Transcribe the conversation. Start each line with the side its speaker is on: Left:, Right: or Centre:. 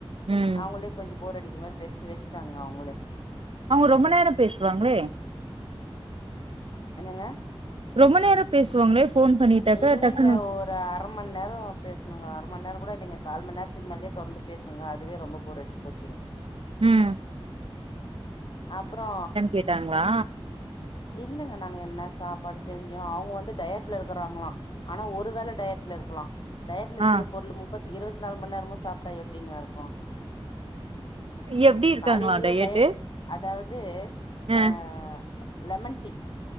Right: ம்
Left: அவங்களே கொஞ்ச போர் அடிக்கிற மாரி பேசிட்டு வச்சுட்டாங்க அவங்களே
Right: அவங்க ரொம்ப நேரம் பேசுவாங்களே
Left: என்னங்க
Right: ரொம்ப நேரம் பேசுவாங்களே ஃபோன் பண்ணிட்டாக்க
Left: இல்லலைங்க
Right: டக்குன்னு
Left: ஒரு அரமன்னேரம் பேசணுங்க அரமன்னேரம் கூடாதுங்க கால் மண் நேரத்துக்கு மேலயே தொடர்ந்து பேசுருங்க அதுவே ரொம்ப போர் அடிச்சி போச்சீங்க
Right: உம்
Left: அப்புரோ
Right: கேட்டாங்களா
Left: இல்லங்க நாங்க என்ன சாப் படு செஞ்சு அவங்க வந்து டயட்ல இருக்கறாங்களா ஆனா ஒருவேளை டயட்ல இருக்கலாம் டயட்ல இருக்குற
Right: ஆ
Left: பொருள் மு முப்பத்தி இருபதி நாலு மணி நேரமு சாப்ட்டா எப்டிங்க இருக்கு
Right: எப்டி இருக்காங்களா
Left: காலையிலயோ
Right: டயட்டு
Left: ட அதாவது
Right: ஆ
Left: அஹ் லெமன் டி